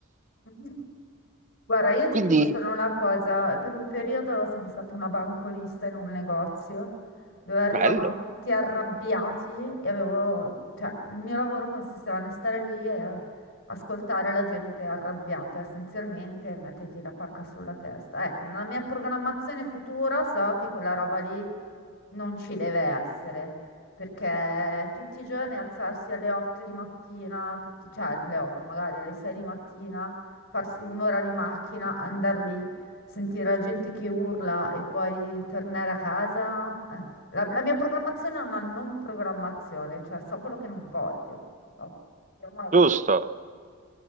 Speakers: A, on the left; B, on the right.
A: <laughs> Guarda, io ti
B: Quindi,
A: dico solo una cosa, per un periodo sono stata una banconista in un negozio dove arrivavano
B: bello,
A: tutti arrabbiati e avevo, cioè, il mio lavoro consisteva nel stare lì e a- ascoltare la gente arrabbiata essenzialmente e mettergli la pacca sulla testa. Ecco, nella mia programmazione futura so che quella roba lì non ci deve essere, perché tutti i giorni alzarsi alle 8 di mattina, tutti- cioè alle 8 magari alle 6 di mattina farsi un'ora di macchina, andare lì, sentire la gente che urla e poi tornare a casa. eh. La, la mia programmazione è una non programmazione, cioè so quello che non voglio. No, chiamiamola così.
B: giusto.